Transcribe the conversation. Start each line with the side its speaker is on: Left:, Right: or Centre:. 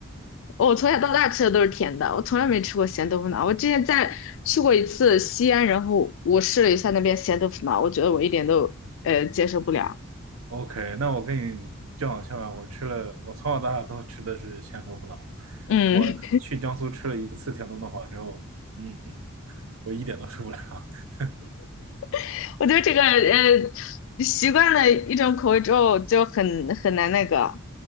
Left: 我从小到大吃的都是甜的，我从来没吃过咸豆腐脑。我之前在去过一次西安，然后我试了一下那边咸豆腐脑，我觉得我一点都呃接受不了。
Right: OK，那我跟你正好相反，我吃了，我从小到大都吃的是咸豆腐脑。
Left: 嗯，
Right: 我去江苏吃了一次甜豆腐脑之后，嗯嗯，我一点都受不了。<laughs>
Left: <laughs> 我觉得这个呃习惯了一种口味之后就很很难那个。